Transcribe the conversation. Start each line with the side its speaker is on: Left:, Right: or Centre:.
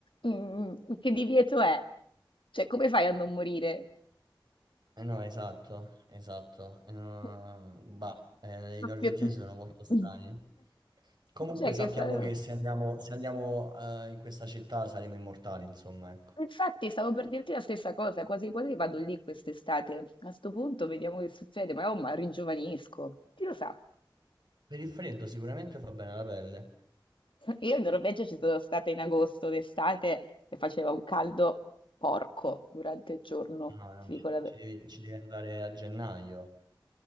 Left: mm, che divieto è? Cioè, come fai a non morire?
Right: Eh no, esatto, esatto. Eh, no,
Left: <laughs>
Right: bah, eh,
Left: Proprio-
Right: i norvegesi sono molto strani.
Left: <laughs>
Right: Comunque
Left: Cioè,
Right: sappiamo
Left: che fa-
Right: che se andiamo, se andiamo, eh, in questa città saremo immortali, insomma, ecco.
Left: Infatti, stavo per dirti la stessa cosa, quasi quasi vado lì quest'estate. A sto punto vediamo che succede, ma oh, ma ringiovanisco. Chi lo sa?
Right: Per il freddo sicuramente fa bene la pelle.
Left: Io in Norvegia ci sono stata in agosto d'estate e faceva un caldo porco durante il giorno,
Right: No, no,
Left: ti
Right: ci,
Left: dico la verità.
Right: ci devi, ci devi andare a gennaio.